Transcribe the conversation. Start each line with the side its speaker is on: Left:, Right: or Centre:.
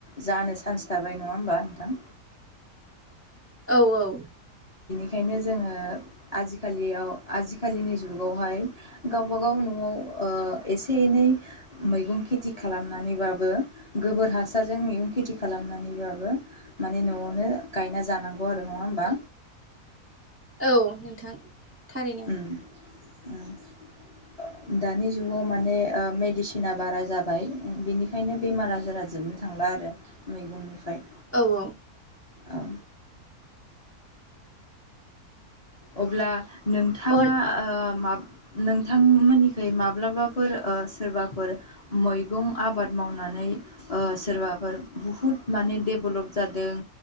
Left: जानो चान्स थाबाय नङा होमबा नोंथां
Right: औ औ
Left: ओंखायनो जोङो आजिखालियाव आजिखालिनि जुगावहाय गावबागाव न'आव ओ एसे एनै मैगं खेथि खालामनानैबाबो गोबोर हासारजों मैगं खेथि खालामनानैबाबो माने न'आवनो गायना जानांगौ बौ आरो नङा होमबा
Right: औ नोंथां थारैनो
Left: उम उम दानि जुगाव माने मेडिसिना बारा जाबाय हाय बिनिखायनो बेमार आजारा जोबनो थांला आरो मैगंनिफ्राय
Right: औ औ
Left: औ अब्ला नोंथाङा
Right: अ
Left: ओ माब नोंथांमोननिखाय माब्लाबाफोर ओ सोरबाफोर मैगं आबाद मावनानै सोरबाफोर बुहुत माने देभलप जादों